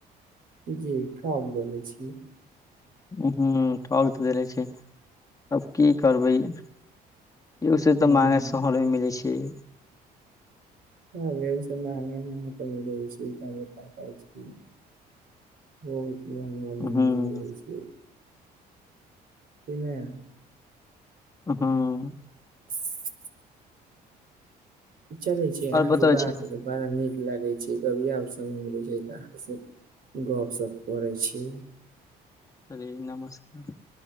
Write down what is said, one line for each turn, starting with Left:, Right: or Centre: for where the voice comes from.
Right: जी कब लेले छियै?
Left: हँ ठक तऽ देले छैय तब की करबै। इहो से
Right: हम्म
Left: तऽ मंहगा शहरमे मिलै छैय।
Right: हँ बेब समानी मे तऽ मिलै छैय ई तऽ हमरो पता छैय। बहुत मंहगा
Left: हूँ
Right: मे लेने रहै छियै। कि नहि।
Left: हँ
Right: <unintelligible> चले छी अहा
Left: आओर बतबै
Right: से बात
Left: छी
Right: बड़ा नीक लागे छै। ै कभी आब समय मिलै छै तऽ अहाँसँ गप सप करै छीयै।
Left: अरे नमस्कार।